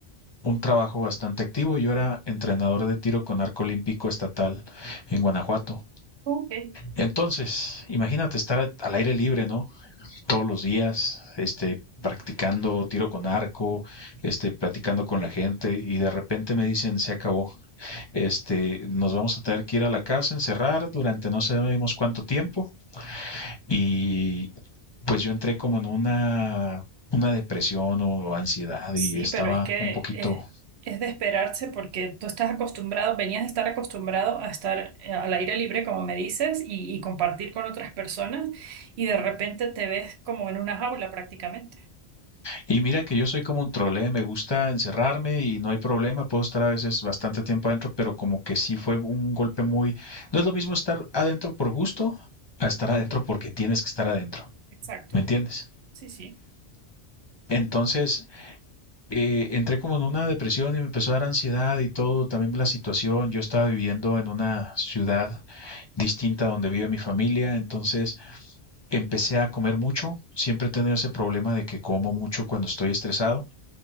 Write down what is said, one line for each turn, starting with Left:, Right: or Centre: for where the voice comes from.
Left: un trabajo bastante activo, yo era entrenador de tiro con arco olímpico estatal en Guanajuato.
Right: Ok.
Left: Entonces, imagínate estar a- al aire libre, ¿no? Todos los días, este, practicando tiro con arco, este, platicando con la gente y de repente me dicen, se acabó, este, nos vamos a tener que ir a la casa, encerrar durante no sabemos cuánto tiempo y pues yo entré como en una, una depresión o ansiedad
Right: Sí,
Left: y estaba
Right: pero es que
Left: un poquito...
Right: eh, es de esperarse porque tú estás acostumbrado, venías de estar acostumbrado a estar eh, al aire libre, como me dices, y, y compartir con otras personas, y de repente te ves como en una jaula prácticamente.
Left: Y mira que yo soy como un trole, me gusta encerrarme y no hay problema, puedo estar a veces bastante tiempo adentro, pero como que sí fue un golpe muy... No es lo mismo estar adentro por gusto a estar adentro porque tienes que estar adentro,
Right: Exacto.
Left: ¿me entiendes?
Right: Sí, sí.
Left: Entonces, eh, entré como en una depresión y me empezó a dar ansiedad y todo, también la situación, yo estaba viviendo en una ciudad distinta a donde vive mi familia, entonces empecé a comer mucho, siempre he tenido ese problema de que como mucho cuando estoy estresado